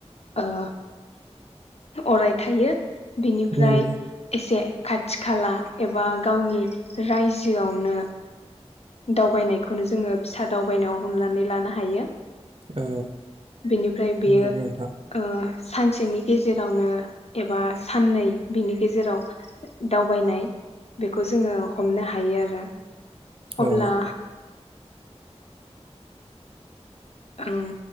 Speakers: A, on the left (about 65°); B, on the right (about 50°).
A: ओ अराय थायो। बिनिफ्राय
B: उम
A: एसे खाथि खाला एबा गावनि रायजोआवनो दावबायनायखौनो जोङो फिसा दावबायनायाव हमनानै लानो हायो
B: औ
A: बेनिफ्राय बेयो
B: नंगौ नोंथां
A: ओ सानसेनि गेजेरावनो एबा साननै बिनि गेजेराव दावबायनाय बेखौ जोङो हमनो हायो आरो अब्ला
B: औ
A: ओं